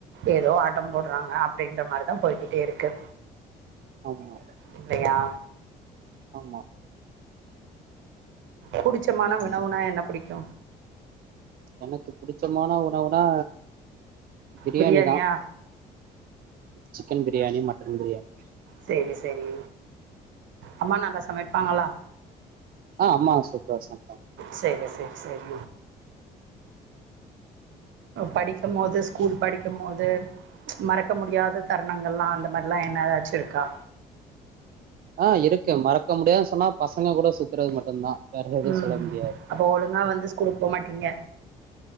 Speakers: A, on the right; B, on the right.
A: ஏதோ ஆட்டம் போடுறாங்க அப்டின்ற மாரிதா போய்கிட்டே இருக்கு
B: ஆமா
A: இல்லயா
B: ஆமா
A: புடிச்சமான உணவுனா என்ன புடிக்கு
B: எனக்கு புடிச்சமான உணவுனா பிரியாணி
A: பிரியாணியா
B: தா சிக்கன் பிரியாணி மட்டன் பிரியாணி
A: சேரி சேரி அம்மா நல்லா சமைப்பாங்களா
B: ஆ அம்மா சூப்பரா சமைப்பாங்க
A: சேரி சேரி சேரி படிக்கும்போது ஸ்கூல் படிக்கு போது மறக்க முடியாத தருணங்கள்லா அந்த மாரில்லா என்னதாச்சு இருக்கா
B: ஆ இருக்கு மறக்க முடியாதுனு சொன்னா பசங்க கூட சுத்துறது மட்டுந்தா வேற எதாவது
A: ம்
B: சொல்ல முடியாது
A: அப்போ ஒழுங்கா வந்து ஸ்கூலுக்கு போமாட்டீங்க